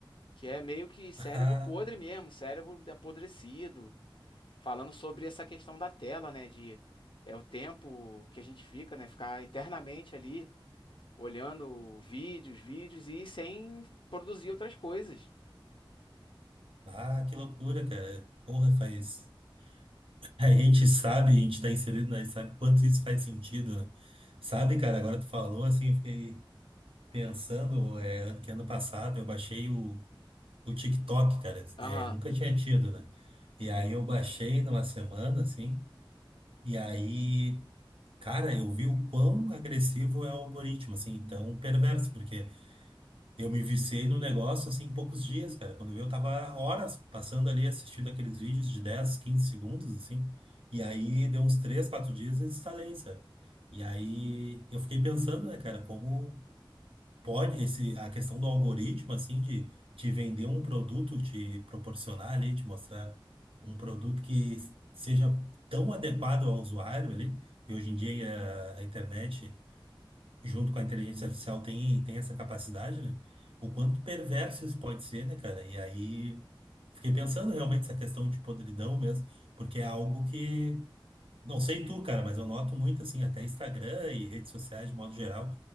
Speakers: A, on the left (about 70°); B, on the right (about 85°).
A: que é meio que cérebro
B: <laughs>
A: podre mesmo, cérebro apodrecido, falando sobre essa questão da tela, né, de é o tempo que a gente fica, né, ficar eternamente ali olhando vídeos, vídeos e sem produzir outras coisas.
B: Ah, ah, que loucura, cara. Porra, faz... <laughs> A gente sabe, a gente tá inserido, né? Sabe quanto isso faz sentido, né? Sabe, cara, agora tu falou, assim, eu fiquei pensando, é, que ano passado eu baixei o o TikTok, cara,
A: Aham,
B: é, eu nunca tinha tido, né? E aí eu baixei numa semana, assim, e aí, cara, eu vi o quão agressivo é o algoritmo, assim, então perverso, porque eu me viciei no negócio, assim, em poucos dias, cara. Quando eu vi, eu tava horas passando ali assistindo aqueles vídeos de 10, 15 segundos, assim, e aí deu uns 3, 4 dias e instalei, sabe? E aí eu fiquei pensando, né, cara, como pode esse a questão do algoritmo assim de te vender um produto, te proporcionar ali, te mostrar um produto que seja tão adequado ao usuário ali. E hoje em dia a, a internet, junto com a inteligência artificial, tem tem essa capacidade, né? O quanto perverso isso pode ser, né, cara? E aí fiquei pensando realmente essa questão de podridão mesmo, porque é algo que não sei tu, cara, mas eu noto muito, assim, até Instagram e redes sociais de modo geral,